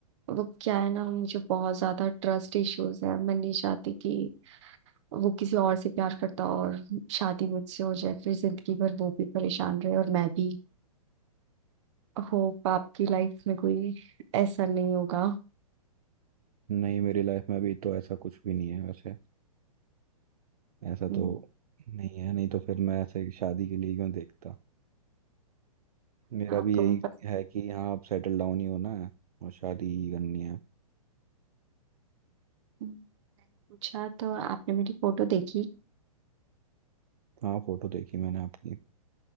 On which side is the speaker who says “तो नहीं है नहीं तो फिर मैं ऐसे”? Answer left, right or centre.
Right